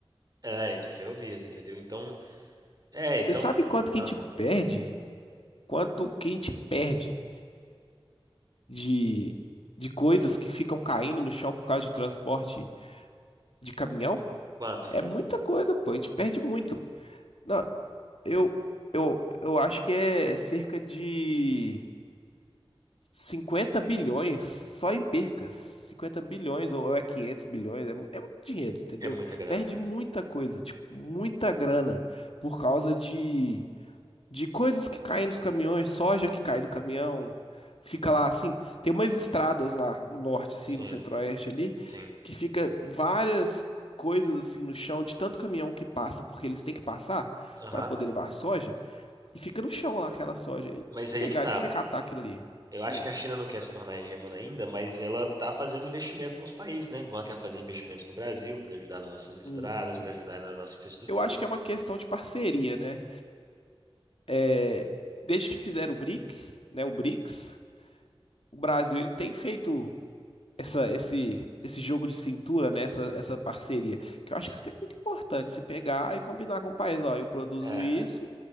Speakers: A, on the right (about 40°); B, on the left (about 70°).
A: É, de ferrovias, entendeu? Então, é,
B: Você
A: então.
B: sabe quanto que
A: Ah,
B: a gente perde? Quanto que a gente perde de, de coisas que ficam caindo no chão por causa de transporte de caminhão?
A: quanto?
B: É muita coisa, pô, a gente perde muito. Não, Eu, eu, eu acho que é cerca de 50 bilhões só em percas. 50 bilhões ou é 500 bilhões, é, mu- é muito dinheiro, entendeu?
A: É muita grana,
B: Perde
A: cara.
B: muita coisa, tipo, muita grana por causa de, de coisas que caem nos caminhões, soja que cai
A: Sim,
B: do caminhão. Fica lá assim, tem umas estradas lá no norte assim,
A: sim,
B: no centro-oeste ali,
A: sim.
B: que fica várias coisas assim no chão de tanto caminhão que passa, porque eles têm que passar
A: Aham.
B: para poder levar soja. E fica no chão lá aquela soja. E
A: Mas aí
B: pegar,
A: é que tá.
B: ninguém vai catar aquilo ali.
A: Eu acho
B: Hum.
A: que a China não quer se tornar hegemona ainda, mas ela está fazendo investimento nos países, né? Igual ela quer fazer investimentos no Brasil para ajudar nas nossas estradas,
B: Uhum.
A: para ajudar na nossa infraestrutura.
B: Eu acho que é uma questão de parceria, né? É, desde que fizeram o BRIC, né, o BRICS, o Brasil ele tem feito essa, esse, esse jogo de cintura, né, essa, essa parceria, que eu acho que isso que é muito importante, você pegar e combinar com o país, ó, eu produzo
A: É,
B: isso,